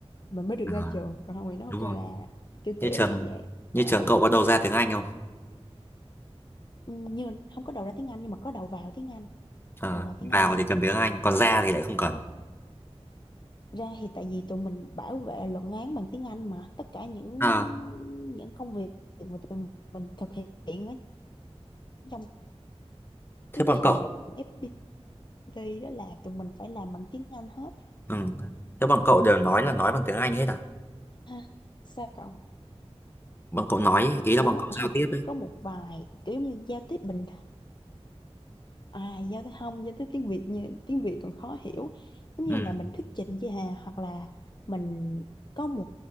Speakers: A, on the left (about 45°); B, on the left (about 20°).
A: mình mới được
B: À,
A: ra trường còn không thì nó không
B: đúng
A: cho
B: rồi.
A: là kiểu
B: Như
A: kiểu
B: trường
A: là như vậy
B: như
A: đúng
B: trường
A: rồi
B: cậu có đầu ra tiếng Anh không?
A: ừ, như không có đầu ra tiếng Anh nhưng mà có đầu vào tiếng Anh
B: Ờ,
A: có đầu vào tiếng
B: vào
A: Anh nha
B: thì cần tiếng Anh, còn ra thì lại không cần.
A: ra thì tại vì tụi mình bảo vệ luận án bằng tiếng Anh mà tất cả những
B: À,
A: những công việc mà tụi mình thực hiện ở trong
B: thế
A: cái
B: bọn
A: trường
B: cậu,
A: FPT đó là tụi mình phải làm bằng tiếng Anh hết
B: ừ. Thế bọn cậu đều nói là nói bằng tiếng Anh hết à?
A: ha sao cậu
B: bọn cậu nói ấy, ý là
A: đúng
B: bọn
A: rồi.
B: cậu
A: không
B: giao tiếp ấy
A: có một vài kiểu như giao tiếp bình à giao tiếp không giao tiếp tiếng Việt như tiếng Việt còn khó hiểu giống như
B: ừ
A: là mình thuyết trình với Hà hoặc là mình có một